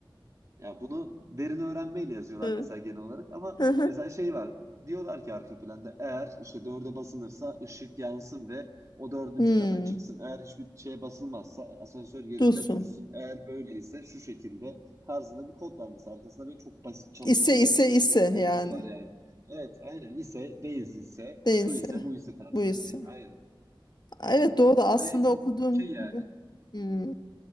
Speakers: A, on the right (about 40°); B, on the left (about 55°).
A: ya bunu derin öğrenmeyle yazıyorlar
B: Hı
A: mesela genel olarak ama
B: hı. hı.
A: mesela şey var diyorlar ki arka planda eğer işte dörde basılırsa ışık yansın ve o dördüncü
B: Hı.
A: kata çıksın. Eğer hiçbir şeye basılmazsa asansör yerinde
B: Dursun.
A: dursun. Eğer böyleyse şu şekilde tarzında bir kod var mesela arkasında böyle çok basit çalışma
B: İse
A: bir
B: ise ise
A: mekanizması
B: yani
A: var yani. Evet aynen ise değiliz ise
B: değilse
A: şu ise bu ise tarzında
B: buysa.
A: bir aynen
B: Evet
A: aynen
B: doğru aslında
A: ve çok
B: okuduğum
A: okey yani.
B: hmm,